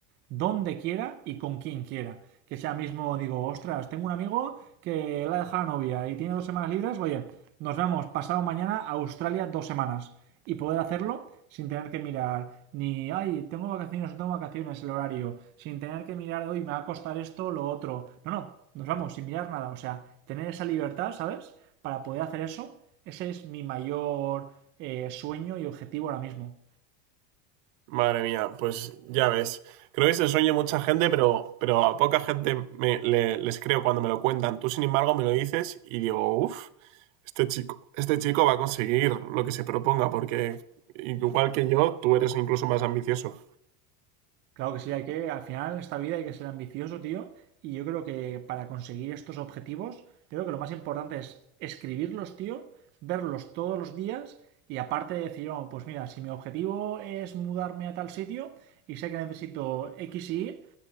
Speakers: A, on the right; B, on the right.
A: donde quiera y con quien quiera. Que sea mismo, digo, ostras, tengo un amigo que la ha dejado la novia y tiene dos semanas libres, oye, nos vamos pasado mañana a Australia dos semanas y poder hacerlo sin tener que mirar ni, ay, tengo vacaciones, no tengo vacaciones, el horario, sin tener que mirar, hoy me va a costar esto, lo otro. No, no, nos vamos sin mirar nada, o sea, tener esa libertad, ¿sabes? Para poder hacer eso, ese es mi mayor eh, sueño y objetivo ahora mismo.
B: Madre mía, pues ya ves. Creo que es el sueño de mucha gente, pero, pero a poca gente me- le- les creo cuando me lo cuentan. Tú, sin embargo, me lo dices y digo, uff, este chico, este chico va a conseguir lo que se proponga, porque igual que yo, tú eres incluso más ambicioso.
A: Claro que sí, hay que, al final en esta vida hay que ser ambicioso, tío, y yo creo que para conseguir estos objetivos, creo que lo más importante es escribirlos, tío, verlos todos los días y aparte decir, "Oh, pues mira, si mi objetivo es mudarme a tal sitio y sé que necesito X y Y,